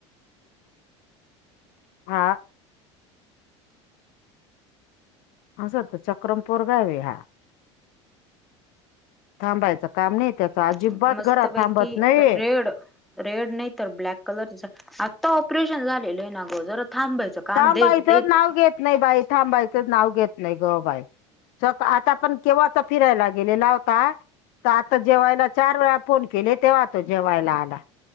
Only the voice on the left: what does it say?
हा. आसं वाटतं चक्रम पोरगं आहे ह्या थांबायच काम नाही त्याच अजिबात
घरात थांबत नाही.
थांबायचं
नाव घेत नाही बाई थांबायचं नाव घेत नाही ग बाई. सक आता पण केव्हाचा फिरायला गेलेला होता त आता जेवायला चार वेळा फोन केले तेव्हा तो जेवायला आला.